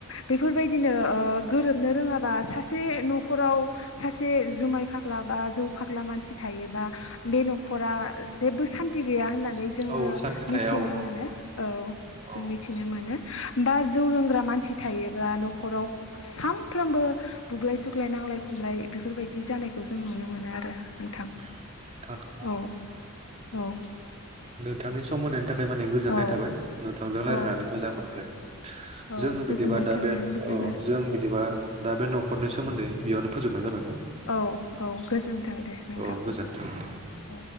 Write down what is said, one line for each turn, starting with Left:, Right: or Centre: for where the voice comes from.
Left: बेफोरबायदिनो ओ गोरोबनो रोङाबा सासे न'खराव सासे जुमाय फाग्ला बा ज जौ फाग्ला मानसि थायोबा बे न'खरा जेबो सान्थि गैया होनना <unintelligible> नै जोङो
Right: औ सान्थि थाया
Left: मिथिनो
Right: औ
Left: मोनो औ
Right: औ
Left: जों मिथिनो मोनो। बा जौ लोंग्रा मानसि थायोब्ला न'खराव सामफ्रोमबो बुग्लाय सुग्लाय ना नांलाय खमलाय बेफोरबायदि जानायखौ जों नुनो मोन नो आरो नोंथां
Right: नोंथां नंगौ।
Left: औ औ
Right: नोंथांनि <unintelligible> माने गोजोननाय
Left: औ
Right: थाबाय नोंथांजों रायलायनानै
Left: औ
Right: मोजां मोनबाय
Left: औ
Right: जों
Left: गोजोननाय
Right: बिदिबा दा
Left: थाबाय
Right: बे
Left: आंनिफ्रायबो
Right: ओ अ जों बिदिबा दा बे न'खरनि सोमोन्दै बेयावनो फोजोबनाय जाबाय।
Left: औ औ गोजोनथों दे नोंथां
Right: अ गोजोन्थों दे।
Left: औ